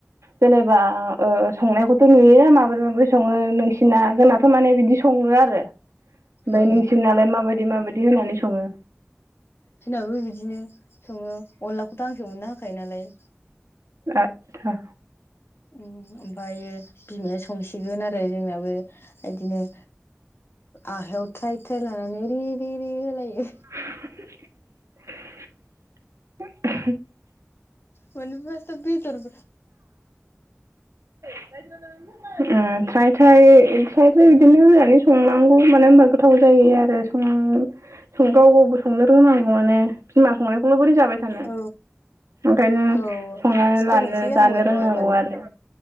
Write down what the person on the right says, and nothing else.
जेनेबा ओ संनायखौथ' नुयोोन माबोरै माबोरै सङो नोंसिना जोंना थारमाने बिदि सङो आरो ओमफ्राय
नोंसिोरनालाय माबायदि माबायदि होनानै सङो
आतसा
<inaudible>
रायद्रनाावा फ्राय थ्राय थ्राय थ्राय बिदिनो होनानै संनांगौ मानो होनबा गोथाव जायो आरो गाव गावबो संनो रोंनांगौ माने बिमा संनायखौल' बोरै जाबाय थ
ओंखायनो
संनानै
लानो जानो
रोंनांगौ
आरो